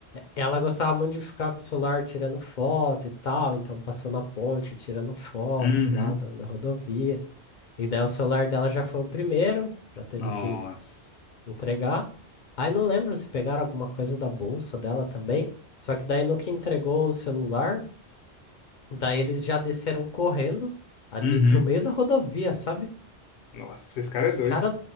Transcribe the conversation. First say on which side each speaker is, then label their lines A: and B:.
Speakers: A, on the left; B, on the left.
A: ela gostava muito de ficar com o celular tirando foto e tal. Então passou na ponte tirando foto
B: Uhum.
A: lá da, da rodovia. E daí o celular dela já foi o primeiro, já teve
B: Nossa.
A: que entregar. Aí não lembro se pegaram alguma coisa da bolsa dela também. Só que daí no que entregou o celular. Daí eles já desceram correndo ali
B: Uhum.
A: pro meio da rodovia, sabe?
B: Nossa, esse cara
A: Os
B: é doido.
A: caras